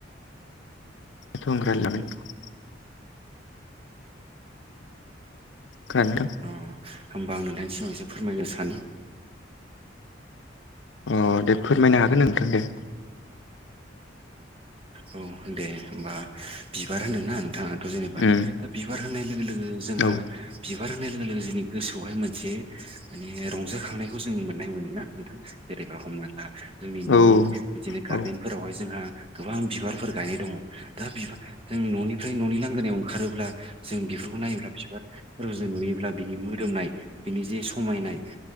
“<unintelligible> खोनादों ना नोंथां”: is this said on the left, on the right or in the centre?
Left